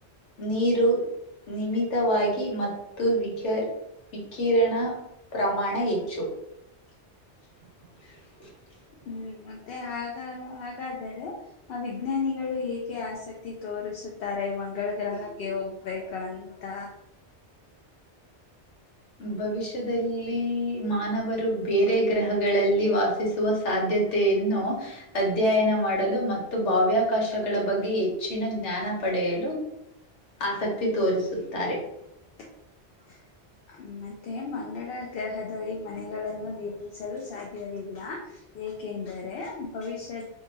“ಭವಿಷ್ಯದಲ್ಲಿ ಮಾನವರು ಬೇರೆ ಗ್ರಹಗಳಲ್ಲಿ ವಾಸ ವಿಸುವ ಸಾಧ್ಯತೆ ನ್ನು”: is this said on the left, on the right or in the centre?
Left